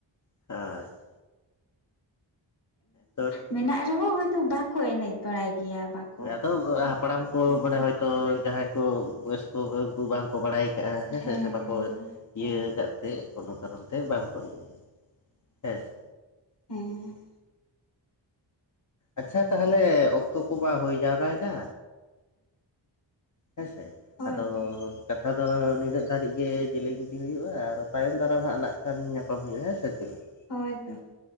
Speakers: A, on the left; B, on the left.
A: <unintelligible> ᱛᱚ
B: ᱢᱮᱱᱟᱜ ᱨᱮᱦᱚᱸ ᱦᱚᱭᱛᱳ ᱵᱟᱠᱚ ᱮᱱᱮᱡ ᱵᱟᱲᱟᱭ ᱜᱮᱭᱟ ᱵᱟᱠ
A: ᱦᱮᱸ ᱟᱫᱚ ᱦᱟᱯᱲᱟᱢ ᱠᱚ ᱢᱟᱱᱮ ᱦᱚᱭᱛᱳ ᱡᱟᱦᱟᱸᱭ ᱵᱚᱭᱚᱥᱠᱚ ᱩᱱᱠᱩ ᱵᱟᱝᱠᱚ ᱵᱟᱲᱟᱭ ᱠᱟᱜᱼᱟ ᱦᱮᱸ
B: ᱦᱮᱸ
A: ᱥᱮ ᱥᱮ ᱵᱟᱠᱚ
B: ᱦᱳᱭ
A: ᱤᱭᱟᱹ ᱟᱠᱟᱫ ᱛᱮ ᱠᱳᱱᱳ ᱠᱟᱨᱚᱱ ᱛᱮ ᱵᱟᱝ ᱠᱚ ᱤᱭᱟᱹ ᱦᱮᱸ ᱥᱮ
B: ᱦᱮᱸ
A: ᱟᱪᱪᱷᱟ ᱛᱟᱦᱚᱞᱮ ᱚᱠᱛᱚ ᱠᱚ ᱵᱟᱝ ᱦᱩᱭ ᱡᱟᱣᱨᱟᱭᱮᱱᱟ ᱦᱮᱸ ᱥᱮ
B: ᱦᱳᱭᱛᱚ
A: ᱟᱫᱚᱻ ᱠᱟᱛᱷᱟ ᱫᱚ ᱱᱤᱱᱟᱹᱜ ᱫᱷᱟᱹᱨᱤᱡ ᱜᱮ ᱠᱟᱛᱷᱟ ᱫᱚ ᱤᱧᱟᱹᱜ ᱫᱷᱟᱨᱤᱜ ᱜᱮ ᱡᱮᱞᱮᱧ ᱤᱫᱤ ᱦᱩᱭᱩᱜᱼᱟ ᱟᱨ ᱛᱟᱭᱚᱢ ᱫᱟᱨᱟᱢ ᱦᱟᱸᱜ ᱱᱟᱜ ᱠᱷᱟᱱ ᱧᱟᱯᱟᱢ ᱦᱩᱭᱩᱜ ᱟ ᱦᱩᱭᱩᱜᱼᱟ, ᱦᱮᱸ ᱥᱮ ᱪᱮᱫ ᱞᱮᱠᱟ?
B: ᱦᱳᱭ ᱛᱚ